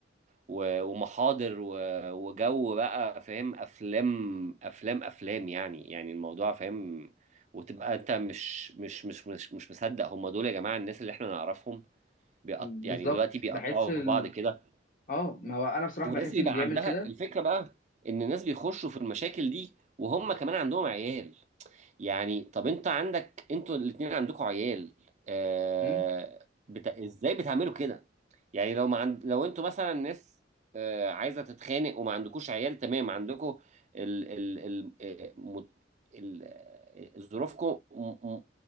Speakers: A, on the right; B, on the left.
A: و... ومحاضر و... وجو بقى فاهم أفلام أفلام أفلام يعني يعني الموضوع فاهم وتبقى أنت مش مش مش مش, مش مصدق هم دول يا جماعة الناس اللي احنا نعرفهم بيقط...
B: بالظبط
A: يعني دلوقتي بيقطعوا
B: بحس ال...
A: في بعض كده
B: اه ما هو أنا بصراحة
A: وناس
B: بحس
A: بيبقى
B: اللي بيعمل
A: عندها
B: كده
A: الفكرة بقى إن الناس بيخشوا في المشاكل دي وهم كمان عندهم عيال يعني طب انت عندك انتوا الاتنين عندكوا عيال آه
B: مم،
A: بت... ازاي بتعملوا كده يعني لو ما عند... لو انتوا مثلا ناس آه عايزه تتخانق وما عندكوش عيال تمام عندكوا ال... ال... ال... آه، مت... ال... آه، ظروفكم م... م...